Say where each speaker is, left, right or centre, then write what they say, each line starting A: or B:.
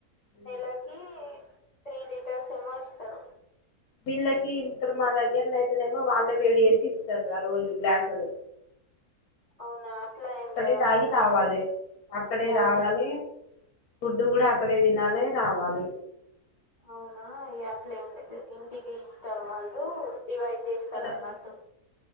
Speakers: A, on the left; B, on the left.
A: ఉమ్.
B: నెలకి త్రీ లీటర్స్ ఏమో ఇస్తారు
A: వీళ్ళకి ఇప్పుడు మా దగ్గర అయితేనేేమో వాళ్ళే వేడి చేసి ఇస్తారు ఆ రోజు గ్లాసులు
B: అవునా అట్లా ఏం
A: అక్కడే
B: లేదుక్క
A: తాగి
B: ప్యా
A: రావాలి
B: ఆ
A: అక్కడే
B: ప్యాకెట్
A: తాగాలి ఫుడ్ కూడా అక్కడే తినాలి రావాలి
B: అవునా ఇ అట్లే ఏం లేదు ఇంటికి ఇస్తారు వాళ్ళు డివైడ్ చేస్తారు
A: ఇక్కడ
B: అన్నట్టు